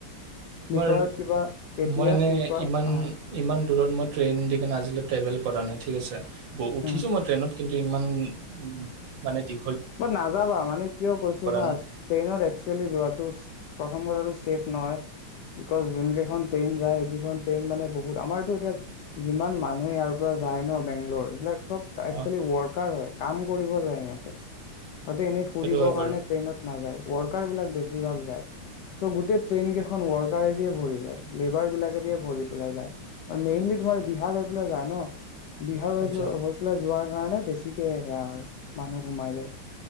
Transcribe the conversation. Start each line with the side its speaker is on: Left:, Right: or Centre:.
Left: শ্লিপাৰত
Right: তোমাৰ
Left: কিবা তেতিয়া
Right: মই এনেই
Left: শ্লিপাৰ
Right: ইমান
Left: অ
Right: ইমান দূৰত মই ট্ৰেইন দি কিনে আজিলৈ ট্ৰেভেল কৰা নাই ঠিক আছে উঠিছো
Left: উম
Right: মই ট্ৰেইনত কিন্তু ইমান উ মানে দি
Left: ব নাযাবা মানে কিয় কৈছো না
Right: নাই
Left: ট্ৰেইনত একচুৱেলি যোৱাটো প্ৰথম কথাটো চছেফ নহয়, বিকজ যোন কেইখন ট্ৰেইন যায় সেইকেইখন ট্ৰেইন মানে বহুত আমাৰতো এতিয়া যিমান মানুহে ইয়াৰ পৰা যায় ন বেংগলৰ এইবিলাক এক্সলি
Right: অ
Left: ৱৰ্কাৰ হয় কাম কৰিব যায় সিহঁতে সিহঁতে এনে ফুৰিবৰ
Right: সেইটো হয়
Left: কাৰণে
Right: বাৰু
Left: ট্ৰেইনত নাযায় কাৰ বিলাক বেছিভাগ যায়, চ' গোটেই ট্ৰেইন কেইখন ৱৰ্কাৰ যায়, লেবাৰ বিলাকে দিয়ে ভৰি পেলাই যায়, আৰু মেইনলি তোমাৰ বিহাৰ হৈ পেলাই যায় ন বিহাৰ হৈ
Right: আচ্ছা
Left: যায় হৈ পেলাই যোৱা সেই কাৰণে বেছিকে সেয়া হয় মানুহ সোমাই যায়